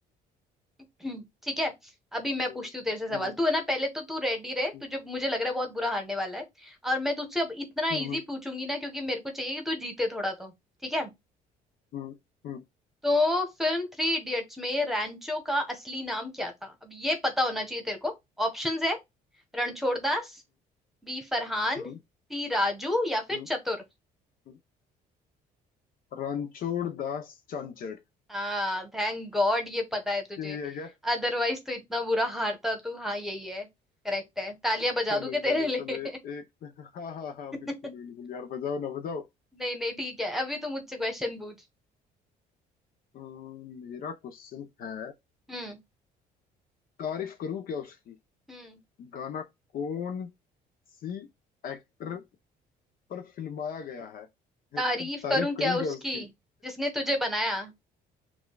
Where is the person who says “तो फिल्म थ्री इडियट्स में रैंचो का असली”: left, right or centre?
Centre